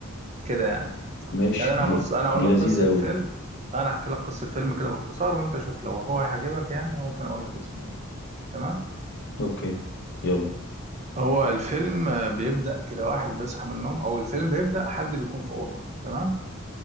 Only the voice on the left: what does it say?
ماشي
دي
دي
لذيذه
قوي
اوكي يلا